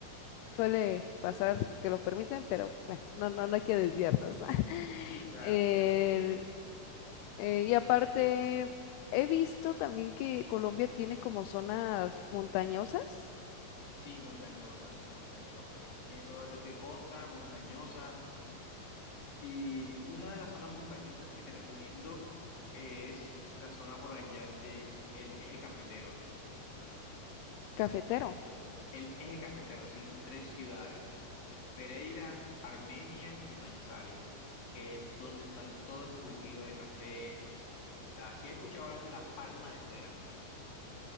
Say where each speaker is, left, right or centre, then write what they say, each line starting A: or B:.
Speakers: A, on the left; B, on the left.
A: suele pasar, que lo permiten, pero bueno, no, no, no hay que desviarnos, ¿no? <laughs>
B: Sí, claro.
A: El-
B: Bueno,
A: eh, y aparte, he visto también que Colombia tiene como zonas montañosas,
B: sí, montañosas, montañosas. Tiene zonas de que costa, montañosas. Y una de las zonas montañosas que te recomiendo es la zona por allá de el Eje Cafetero.
A: cafetero.
B: El Eje Cafetero, sí, son tres ciudades, Pereira, Armenia y Manizales, que es donde están todo ese cultivo de café. Está, si has escuchado hablar de la palma de cera,